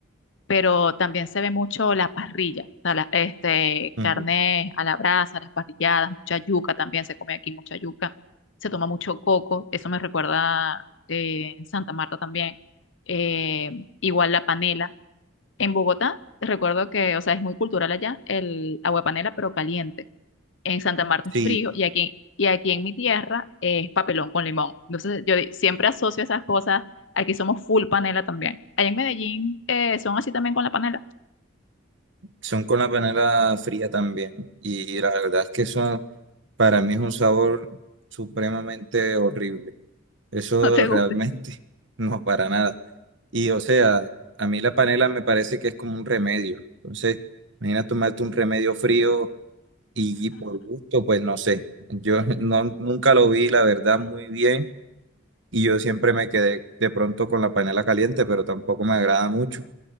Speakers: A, on the left; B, on the right.
A: pero también se ve mucho la parrilla, o sea, la- este,
B: ujú.
A: carne a la brasa, las parrilladas, mucha yuca también se come aquí, mucha yuca, se toma mucho coco, eso me recuerda eh, en Santa Marta también, eh, igual la panela. En Bogotá, recuerdo que, o sea, es muy cultural allá el agua de panela, pero caliente en Santa Marta es
B: Sí,
A: frío y aquí, y aquí en mi tierra es papelón con limón. Entonces yo di- siempre asocio esas cosas. Aquí somos full panela también. Allá en Medellín eh, son así también con la panela.
B: son con la panela fría también. Y, la verdad es que eso para mí es un sabor supremamente horrible. Eso
A: <laughs> ¿No te
B: realmente
A: gusta?
B: <laughs> no para nada. Y o sea, a mí la panela me parece que es como un remedio. Entonces, imagina tomarte un remedio frío y, y por gusto, pues no sé. Yo <laughs> no, nunca lo vi, la verdad, muy bien y yo siempre me quedé de pronto con la panela caliente, pero tampoco me agrada mucho,